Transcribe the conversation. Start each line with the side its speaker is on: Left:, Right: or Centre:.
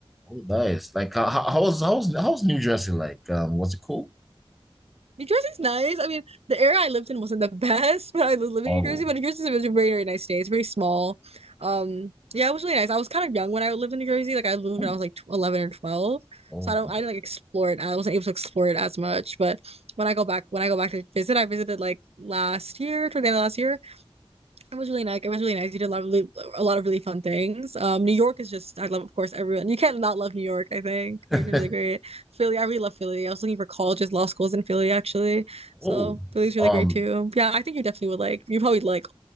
Centre: oh, nice. Like how, how how was how was how was New Jersey like? Um, was it cool?
Right: New Jersey's nice. I mean, the area I lived in wasn't the best, <laughs> but I was living
Centre: Oh,
Right: in New Jersey. But New Jersey's a very, very nice state. It's very small. Um, yeah, it was really nice. I was kind of young when I lived in New Jersey. Like I lived
Centre: ooh,
Right: when I was like tw 11 or 12.
Centre: oh,
Right: So I don't I didn't like explore it. I wasn't able to explore it as much. But when I go back when I go back to visit, I visited like last year, toward the end of last year. It was really nice. It was really nice. You did a lot of really, a lot of really fun things. Um, New York is just I love, of course, everyone. You can't not love New York, I think.
Centre: <laughs>
Right: New York is really great. Philly, I really love Philly. I was looking for colleges, law schools in Philly actually. So
Centre: oh.
Right: Philly's really
Centre: Um,
Right: great too. Yeah, I think you definitely would like. You probably like